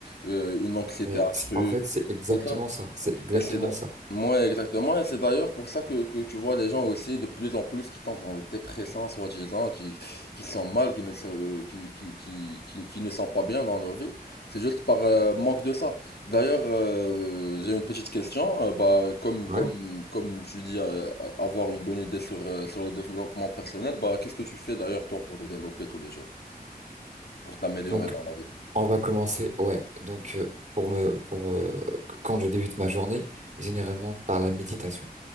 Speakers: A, on the left (about 85°); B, on the right (about 50°).
A: euh, une anxiété
B: Mais
A: accrue,
B: c'est- en fait, c'est exactement
A: tout ça.
B: ça. C'est exactement
A: Et c'est d'a-
B: ça.
A: moi exactement, et c'est d'ailleurs pour ça que, que tu vois les gens aussi de plus en plus qui tombent dans des dépressions soi-disant, qui, qui sont mal, qui ne se, euh, qui, qui, qui, qui, qui ne sont pas bien dans leur vie. C'est juste par euh, manque de ça. D'ailleurs, euh, j'ai une petite question. Euh, bah, comme,
B: Ouais.
A: comme, comme tu dis, euh, euh, avoir une bonne idée sur, euh, sur le développement personnel, bah, qu'est-ce que tu fais d'ailleurs toi pour te développer tous les jours, pour t'améliorer
B: Donc,
A: dans la vie?
B: on va commencer. Ouais. Donc, euh, pour me, pour euh, qu- quand je débute ma journée, généralement par la méditation.